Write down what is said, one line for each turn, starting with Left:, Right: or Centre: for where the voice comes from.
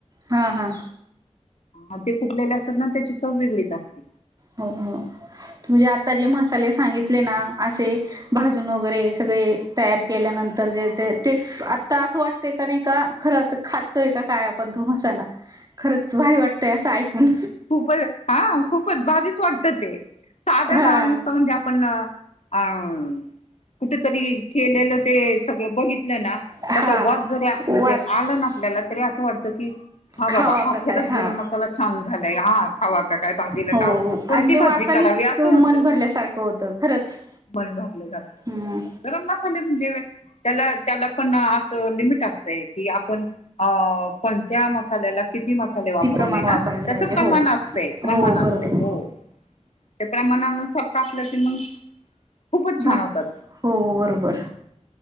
Right: हां हां
Left: हा ते कुठलेले असतात ना त्याची चव वेगळीच असते.
Right: हो हो म्हणजे आता जे मसाले सांगितले ना असे भाजून वगैरे सगळे तयार केल्यानंतर जे ते ते आता असं वाटतंय का नाही का खरंच खातोय का काय आपण. तो मसाला. खरंच भारी वाटतंय असं ऐकून
Left: खूपच हा खूपच भारीच. <unintelligible> ते साधाण
Right: हा
Left: नुसतं म्हणजे आपण अम कुठेतरी केलेलं ते सगळं बघित आपल्यांला
Right: हा
Left: त्याचा वास जरी म्हणजे
Right: वास
Left: आलं ना आपल्याला तरी असं वाटत की हा
Right: खावा
Left: बाबा हा.
Right: का
Left: खरंच
Right: काय हा
Left: गरम मसाला छान झालाय हा खावा का काय भाजीला
Right: हो
Left: खाव कोणती
Right: आणि ते
Left: भाजी
Right: वासानीच
Left: करावी असं होतं.
Right: मन भरल्यासारखं होत खरंच.
Left: पण भरले जात,
Right: हम्म
Left: गरम मसाले म्हणजे त्याला त्याला पण न अस. लिमिट असतंय की आपण कोणत्या मसाल्याला किती किती मसाले वापरावे
Right: प्रमाण वापरायला
Left: ना त्याच
Right: पाहिजे हो
Left: प्रमाण असते प्रमाण
Right: हो बरोबर
Left: असते हो. ते प्रमाणानुसार टाकलं की मग खूपच छान
Right: बास,
Left: होतात ते
Right: हो बरोबर,